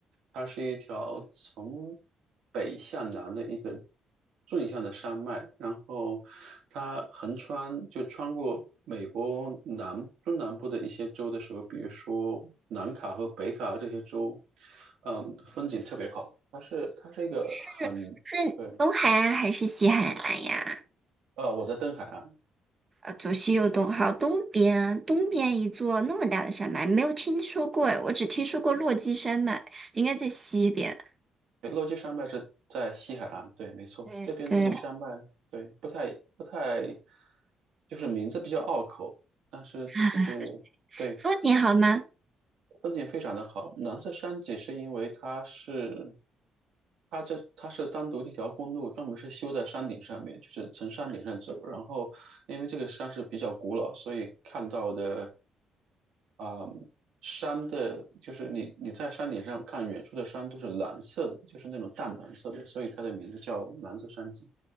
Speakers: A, on the right (about 75°); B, on the right (about 30°).
A: 它是一条从北向南的一个纵向的山脉，然后它横穿就穿过美国南中南部的一些州的时候，比如说南卡和北卡这些州，嗯，风景特别好。它是它是一个很对，
B: 是是东海岸还是西海岸呀？
A: 呃，我在东海岸，
B: 呃，左西右东，好，东边，东边一座那么大的山脉，没有听说过诶，我只听说过落基山脉，应该在西边。
A: 对落基山脉是在西海岸，对，没错，
B: 对对，
A: 这边这个山脉对不太不太，就是名字比较拗口，但是这个。
B: <laughs>
A: 对，
B: 风景好吗？
A: 风景非常的好。蓝色山脊是因为它是它这它是单独的一条公路，专门是修在山顶上面，就是从山顶上走。然后因为这个山是比较古老，所以看到的啊、山的，就是你你在山顶上看远处的山都是蓝色的，就是那种淡蓝色的，所以它的名字叫蓝色山脊。